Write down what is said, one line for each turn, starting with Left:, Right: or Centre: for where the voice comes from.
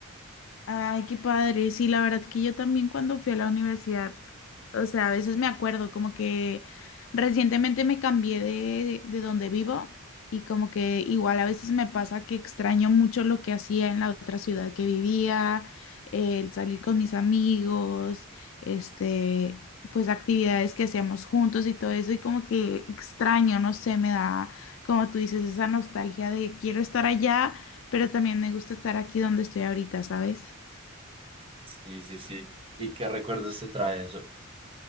Left: Ay, qué padre. Sí, la verdad que yo también cuando fui a la universidad, o sea, a veces me acuerdo como que recientemente me cambié de, de donde vivo y como que igual a veces me pasa que extraño mucho lo que hacía en la otra ciudad que vivía, el salir con mis amigos, este, pues actividades que hacíamos juntos y todo eso y como que extraño, no sé, me da, como tú dices, esa nostalgia de quiero estar allá, pero también me gusta estar aquí donde estoy ahorita, ¿sabes?
Right: Sí, sí, sí. ¿Y qué recuerdos te trae eso?